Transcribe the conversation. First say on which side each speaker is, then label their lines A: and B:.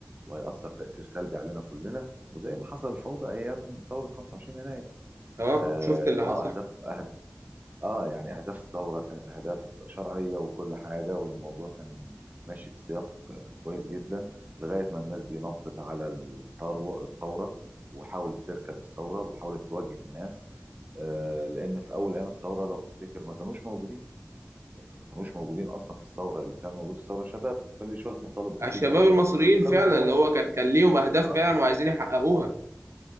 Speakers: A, on the right; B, on the right.
A: وهيأثر تأثير سلبي علينا كلنا وزي ما حصل الفوضى ايام ثوره 25 يناير
B: اه
A: اه
B: شفت اللي
A: آه،
B: حصل
A: اهداف أهد... اه يعني اهداف الثوره كانت اهداف شرعيه وكل حاجه والموضوع كان ماشي في سياق آه، كويس جدا لغايه ما الناس دي نطت على الثروه الثوره وحاولت تركب الثوره وحاولت توجه الناس آه، لان في اول ايام الثوره لو تفتكر ما كانوش موجودين يعني ما كانوش موجودين اصلا في الثوره اللي كان موجود في الثوره شباب كان ليه شويه مطالب بسيطه
B: الشباب
A: وكده
B: المصريين فعلا
A: كان الموضوع
B: اللي هو كان كان ليهم اهداف
A: اه
B: فعلا وعايزين يحققوها